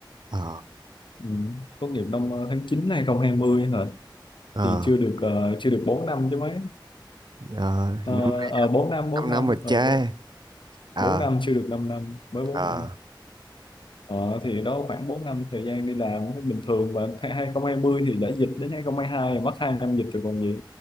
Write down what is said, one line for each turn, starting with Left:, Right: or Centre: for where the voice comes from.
Right: ờ
Left: ừ. tốt nghiệp năm ờ, tháng chín hai 2020 hả
Right: ờ
Left: thì chưa được ờ, chưa được 4 năm chứ mấy
Right: ờ,
Left: ờ,
Right: năm nay
Left: ờ, bốn năm bốn
Right: năm
Left: năm
Right: năm rồi
Left: ờ,
Right: cha.
Left: bốn
Right: Ờ
Left: bốn năm chưa được 5 năm mới bốn
Right: ờ
Left: năm ờ, thì đó khoảng 4 năm thời gian đi làm thấy bình thường và tháng 2020 thì đã dịch đến 2022 rồi, mất 2 năm dịch rồi còn gì